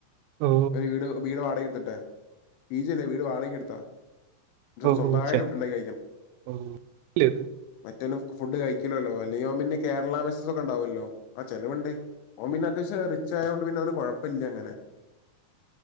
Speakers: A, on the right; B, on the left.
A: ഓ
B: ഒരു വീട് വീട് വാടക എടുത്തിട്ടെ പീജല്ലേ വീട് വാടകക്ക് എടുത്താ
A: ഓ
B: സ്വന്തമായിട്ട്
A: ഓ ശരി
B: ഫുഡ്ണ്ടാക്കി
A: ഓ ല്ല
B: മറ്റൊന്നും ഫുഡ് കഴിക്കലോല്ലോ അല്ലെങ്കിൽ അവൻ പിന്നെ കേരള മെസസ് ഒക്കെ ഉണ്ടാവുമല്ലോ ആ ചിലവുണ്ട് ഓൻ പിന്നെ അത്യാവശ്യം റിച്ച് ആയത് കൊണ്ട് പിന്നെ അവന് കുഴപ്പമില്ല അങ്ങനെ